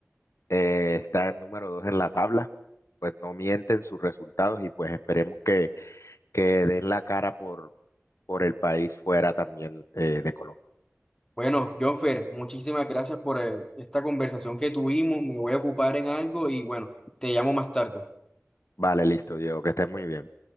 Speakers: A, on the left; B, on the left.
A: eh, está en número dos en la tabla, pues no mienten sus resultados y pues esperemos que, que den la cara por, por el país fuera también eh, de Colombia.
B: Bueno, Jonfer, muchísimas gracias por eh, esta conversación que tuvimos. Me voy a ocupar en algo y bueno, te llamo más tarde.
A: Vale, listo, Diego, que estés muy bien.